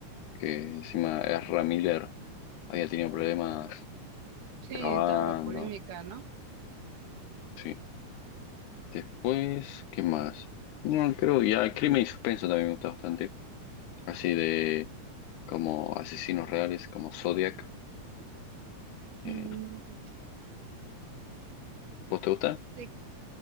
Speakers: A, on the left (about 80°); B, on the right (about 85°).
A: que encima Ezra Miller había tenido problemas
B: Sí,
A: grabando,
B: toda la polémica, ¿no?
A: sí, Después, ¿qué más? No, creo ya crimen y suspenso también me gusta bastante. Así de como asesinos reales, como Zodiac. Eh,
B: Mm,
A: ¿vos te gusta?
B: de-